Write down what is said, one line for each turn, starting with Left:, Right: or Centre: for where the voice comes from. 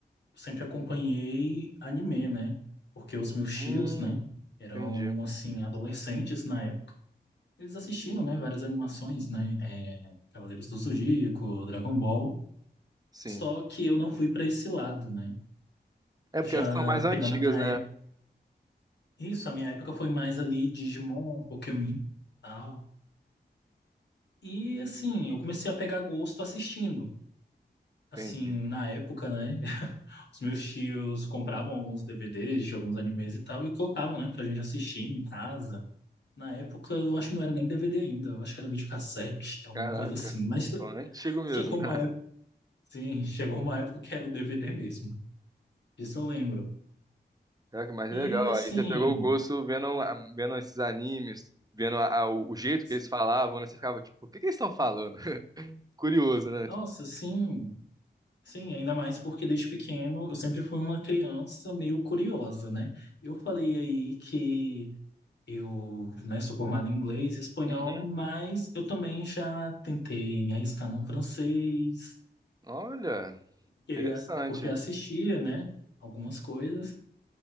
Left: eu sempre acompanhei anime, né? Porque os meus tios,
Right: Hum,
Left: né, eram
Right: entendi.
Left: assim adolescentes na eles assistindo, né, várias animações, né, é, Cavaleiros do Zodíaco, Dragon Ball,
Right: Sim.
Left: só que eu não fui para esse lado, né,
Right: É
Left: já
Right: porque elas são mais antigas,
Left: pegando a minha
Right: né?
Left: época, isso, a minha época foi mais ali Digimon, Pokémon, tal, e assim, eu comecei a pegar gosto assistindo, assim,
Right: Entendi.
Left: na época, né, <laughs> os meus tios compravam alguns DVDs de alguns animes e tal, e colocavam, né, pra gente assistir em casa, na época, eu acho que não era nem DVD ainda, eu acho que era videocassete, alguma
Right: Caraca.
Left: coisa assim. Mas <laughs>
Right: Então, é antigo mesmo,
Left: chegou
Right: né?
Left: uma Sim, <laughs> chegou uma época que era o DVD mesmo. Isso eu lembro.
Right: Caraca, mais
Left: E
Right: legal.
Left: assim,
Right: Aí você pegou o gosto vendo, a- vendo esses animes, vendo a- a- o jeito
Left: se-
Right: que eles falavam, né? Você ficava, tipo, o que que eles estão falando? <laughs> Curioso, né?
Left: nossa,
Right: Tipo,
Left: sim, sim, ainda mais porque desde pequeno eu sempre fui uma criança meio curiosa, né? Eu falei aí que eu, né, sou formado em inglês e espanhol,
Right: uhum.
Left: mas eu também já tentei me arriscar no francês,
Right: Olha,
Left: porque
Right: interessante.
Left: as- porque assistia, né, algumas coisas,